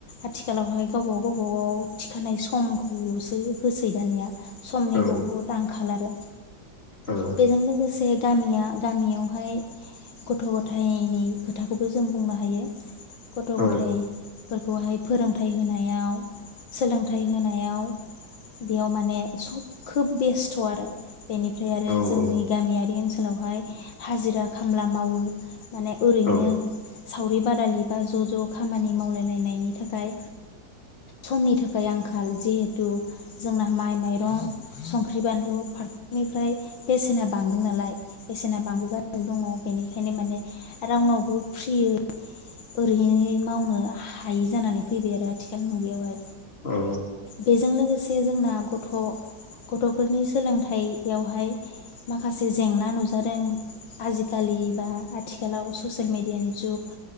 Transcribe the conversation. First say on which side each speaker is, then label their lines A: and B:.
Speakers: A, on the left (about 80°); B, on the left (about 30°).
A: आथिखालावहाय गावबागाव गावबागाव थिखानाय समखौल'सोहोसै दानिया। समनि
B: औ
A: बुहुद आंखाल आरो।
B: औ
A: बेजों लोगोसे बे गामिया गामियावहाय गथ' गथाइनि खोथाखौबोजों बुंनो हायो। गथ'
B: औ
A: गथाइफोरखौहाय फोरोंथाइ होनायाव सोलोंथाइ होनायाव बेयाव माने सब खोब बेस्थ' आरो बेनिफ्राय आरो
B: औ
A: जोंनि गामियारि ओनसोलावहाय हाजिरा खामला मावो माने ओरैनो
B: औ
A: सावरि बादालि बा ज' ज' खामानि मावलायलायनायनि थाखाय समनि थाखाय आंखाल जिहेथु जोंना माइ माइरं संख्रि बानलु फार <unintelligible> निफ्राय बेसेना बांदोंनालाय। बेसेना बांबोगा <unintelligible> नो दङ' बेनिखायनो माने रावनावबो फ्रियै ओरैनो मावनोहायि जानानै फैबायआरो आथिखाल मुगायावहाय।
B: औ
A: बेजों लोगोसे जोंना गथ' गथ'फोरनि सोलोंथाइ बेयावहाय माखासे जेंना नुजादों आजिखालि बा आथिखालाव ससेल मेडियानि जुग